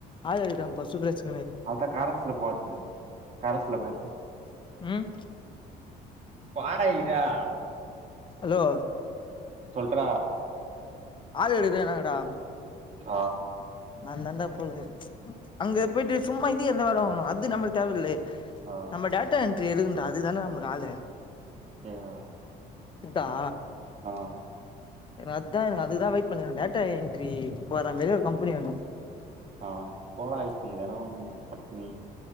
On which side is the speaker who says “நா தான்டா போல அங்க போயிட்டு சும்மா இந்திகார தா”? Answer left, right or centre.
Left